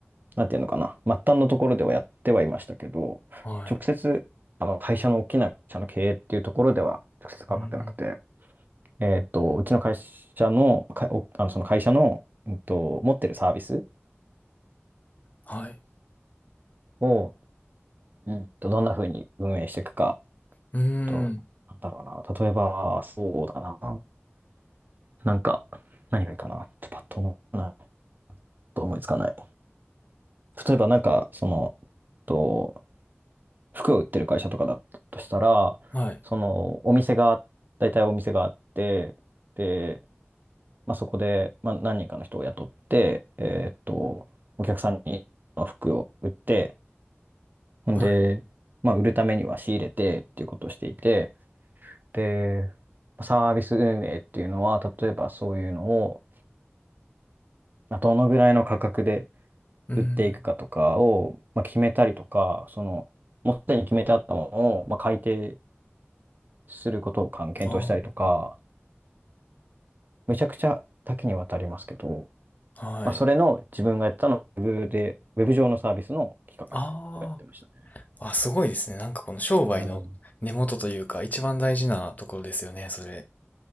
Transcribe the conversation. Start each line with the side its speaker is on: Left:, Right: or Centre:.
Right: なんていうのかな、末端のところではやってはいましたけど、
Left: はい。
Right: 直接、あの会社の大きな会社の経営っていうところでは直接関わってなくて、
Left: うん、
Right: えっと、うちの会社の、か、おあの、その会社の、うんと、持ってるサービス
Left: はい。
Right: を、うんと、どんなふうに運営していくか、
Left: うん、
Right: と、なんだろうな、例えば、そうだな、なんか、何がいいかな、ちょっとパッと思うな、と思いつかない。例えば、なんか、その、と服を売ってる会社とかだったとしたら、
Left: はい、
Right: そのお店が、大体お店があって、で、まあ、そこで、まあ、何人かの人を雇って、えーっと、お客さんに服を売って、ほんで、
Left: はい。
Right: まあ、売るためには仕入れてっていうことをしていて、で、サービス運営っていうのは、例えばそういうのを、まあどのぐらいの価格で
Left: うん、
Right: 売っていくかとかを、まあ、決めたりとか、その、もうすでに決めてあったものを、まあ、改定することをかん検討したりとか、
Left: あ
Right: めちゃくちゃ多岐にわたりますけど、
Left: あ、はい。
Right: まあ、それの自分がやったの、ウェブで、ウェブ上のサービスの企画をやってましたね。
Left: ああ、あ、すごいですね。なんかこの商売の根元というか、
Right: うん、
Left: 一番大事なところですよね、それ。